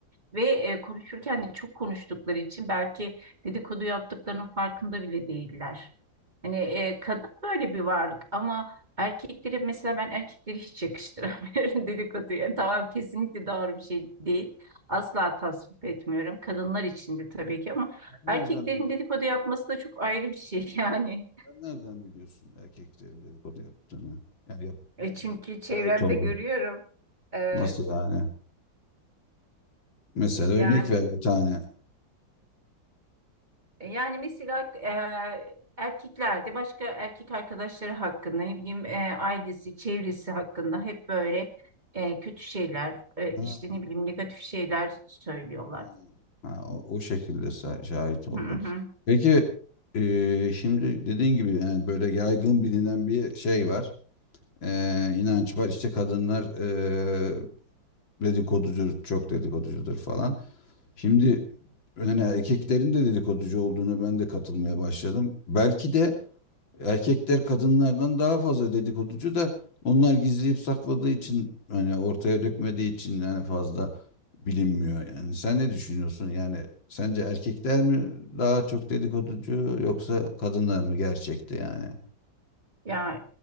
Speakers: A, on the right (about 25°); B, on the left (about 80°).
A: Ve e, konuşurken de çok konuştukları için belki dedikodu yaptıklarının farkında bile değiller. Hani e, kadın böyle bir varlık ama erkekleri mesela ben erkekleri hiç yakıştıramıyorum <laughs> dedikoduya. Tamam kesinlikle doğru bir şey değil. Asla tasvip etmiyorum. Kadınlar için de tabii ki ama
B: nereden
A: erkeklerin
B: biliyorsun?
A: dedikodu yapması da çok ayrı bir şey <laughs> yani.
B: Sen nereden biliyorsun erkeklerin dedikodu yaptığını? Yani yap,
A: E,
B: yani
A: çünkü
B: ne-
A: çevremde
B: şahit oldum.
A: görüyorum. Evet.
B: Nasıl yani? Mesela
A: Yani
B: örnek ver bir tane.
A: E, Yani mesela e, erkeklerde başka erkek arkadaşları hakkında ne bileyim e, ailesi, çevresi hakkında hep böyle e, kötü şeyler, e,
B: Ha,
A: işte ne bileyim negatif şeyler söylüyorlar.
B: ha, ha, o, o şekilde sa- şahit oldum.
A: Hı hı.
B: Peki e, şimdi dediğin gibi yani böyle yaygın bilinen bir şey var. E, inanç var. İşte kadınlar e, dedikoducudur, çok dedikoducudur falan. Şimdi yani erkeklerin de dedikoducu olduğuna ben de katılmaya başladım. Belki de Erkekler kadınlardan daha fazla dedikoducu da onlar gizleyip sakladığı için hani ortaya dökmediği için yani fazla bilinmiyor. Yani sen ne düşünüyorsun? Yani sence erkekler mi daha çok dedikoducu yoksa kadınlar mı gerçekte yani?
A: Ya